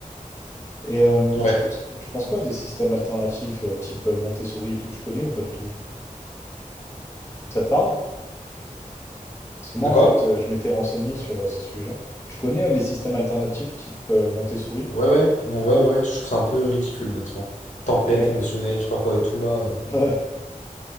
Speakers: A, on the left; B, on the left.
A: Et euh,
B: Ouais.
A: tu penses, tu penses quoi des systèmes alternatifs euh, type euh, Montessori et tout, tu connais ou pas du tout? Ça te parle? Parce que moi,
B: De
A: en
B: quoi?
A: fait, euh, je m'étais renseigné sur euh, ces sujets-là. Tu connais euh, les systèmes alternatifs type euh, Montessori?
B: Ouais, ouais. Bon, ouais, ouais, ouais. je trouve ça un peu ridicule, honnêtement. Tempête
A: Ouais.
B: émotionnelle, je sais pas quoi et tout, là, euh,
A: <laughs> Ouais.